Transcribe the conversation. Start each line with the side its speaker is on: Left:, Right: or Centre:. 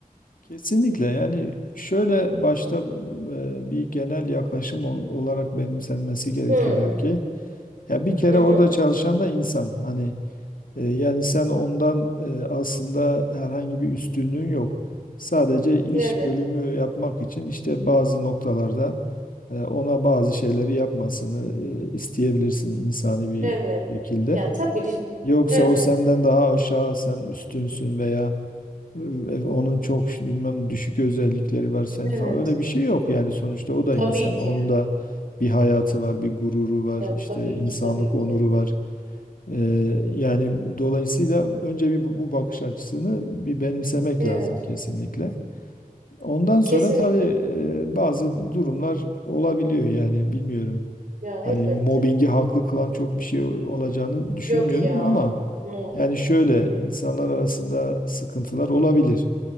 Left: kesinlikle yani şöyle başta e, bir genel yaklaşım ol- olarak benimsenmesi gerekiyor
Right: Hı.
Left: belki. Ya bir kere
Right: Hı hı.
Left: orada çalışan da insan. Hani e, yani sen ondan e, aslında herhangi bir üstünlüğün yok. Sadece iş
Right: Evet.
Left: bölümü yapmak için işte bazı noktalarda e, ona bazı şeyleri yapmasını e, isteyebilirsin insani bir
Right: Evet.
Left: şekilde.
Right: Ya tabii. ric-
Left: Yoksa
Right: Evet.
Left: o senden daha aşağı, sen üstünsün veya e, e, onun çok ş- bilmem düşük özellikleri var senin
Right: Evet.
Left: falan. Öyle bir şey yok yani sonuçta o da
Right: Tabii
Left: insan.
Right: ki.
Left: Onun da bir hayatı var, bir gururu var,
Right: Ya tabii
Left: işte
Right: ki.
Left: insanlık
Right: Tabii ki.
Left: onuru var. Ee, yani dolayısıyla önce bir bu bu bakış açısını bir benimsemek
Right: Evet.
Left: lazım kesinlikle. Ondan sonra
Right: Kesinlikle.
Left: tabii e, bazı durumlar olabiliyor yani bilmiyorum.
Right: Ya elbette.
Left: Hani mobbingi haklı kılan çok bir şey olacağını düşünmüyorum
Right: Yok ya.
Left: ama
Right: No.
Left: yani şöyle insanlar arasında sıkıntılar olabilir